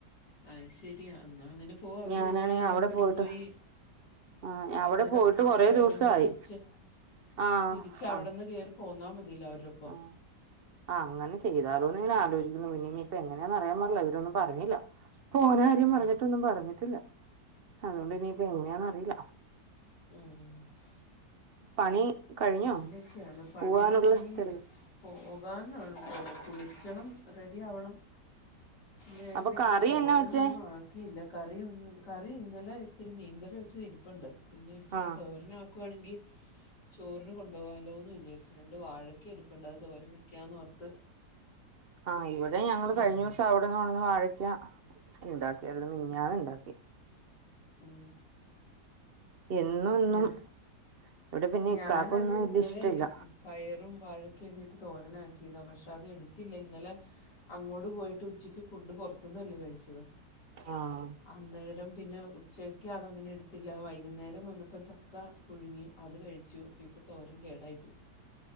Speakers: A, on the left; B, on the right.
A: അയ് ശര്യാ ന്നാ അങ്ങനെ പോവാ അവര്
B: ഞാനാണെങ്കി
A: പോവാണെങ്കി
B: അവിടെ
A: ഞാ കൂടെ
B: പോയിട്ട്
A: പോയി
B: ആ
A: വൈന്നേരം
B: അവിടെ പോയിട്ട്
A: അവര്
B: കൊറേ
A: വരുമ്പോ
B: ദിവസായി
A: തിരിച്ച്
B: ആ
A: തിരിച്ച് അവിടന്ന്
B: ആ
A: കേറി പോന്നാ മതില്ലോ അവരൊപ്പം
B: ആ ആ അങ്ങനെ ചെയ്താലോ ന്ന് ആലോചിക്കുന്നു. പിന്നെ ഇനിയിപ്പങ്ങനാന്ന് അറിയാൻ പാടില്ല. ഇവരൊന്നുംപറഞ്ഞില്ല പോണ കാര്യം
A: ഉം.
B: പറഞ്ഞിട്ടൊന്നും പറഞ്ഞിട്ടില്ല അതുകൊണ്ട് ഇനിയിപ്പ ങ്ങനെയാണന്നറിയില്ല.
A: ഏഹ്
B: പണി കഴിഞ്ഞോ
A: അങ്ങനെയൊക്കെയാണ് പണികൾ
B: പോവാനുള്ള
A: ഇനി
B: തിരക്ക്
A: പോകാനാണ് കുളിക്യണം റെഡി ആവണം. ഞാനിപ്പോ
B: അപ്പൊ
A: ഇച്ചിരി
B: കറി
A: തോരനൊന്നും
B: എന്നാ വെച്ചേ
A: ആ ക്കിയില്ല കറി ഒന്ന് കറി ഇന്നലെ ഇത്തിരി മീൻകറി വെച്ചതിരിപ്പുണ്ട് പിന്നെ ഒരിച്ചിരി
B: ആഹ്
A: തോരനാക്കുവാണെങ്കി ചോറിന് കൊണ്ടുപോകാല്ലോ എന്ന് വിചാരിച് രണ്ട് വാഴക്ക ഇരുപ്പുണ്ട് അത് തോരം വയ്ക്കാന്ന്ഓർത്ത്
B: ആഹ് ഇവിടെ ഞങ്ങൾ കയ്ഞ്ഞ
A: ആവണം
B: <unintelligible> വാഴക്ക ഇണ്ടാക്കി മിഞ്ഞാന്ന് ഇണ്ടാക്കി.
A: ഉം
B: എന്നും എന്നും
A: ഞാ
B: ഇവിടെ പിന്നെ
A: ഞാനത്
B: ഇക്കാക്കൊന്നും
A: ഇന്നലെ
B: വല്യ ഇഷ്ടല്ല
A: പയറും വഴക്കെയൊക്കെ ഇട്ട് തോരനാക്കിയതാ പക്ഷെ അത് എട്ത്തില്ല ഇന്നലെ അങ്ങോട്ട് പോയിട്ട് ഉച്ചയ്ക്ക് ഫുഡ് പുറത്തന്നല്ലേ കഴിച്ചത്
B: ആഹ്.
A: അന്നേരം പിന്നെ ഉച്ചക്ക് അതങ്ങനെ എട്ത്തില്ല വൈകുന്നേരം വന്നപ്പം ചക്ക പുഴുങ്ങി അത് കഴിച്ചു. ഇപ്പ തോരൻ കേടായി പോയി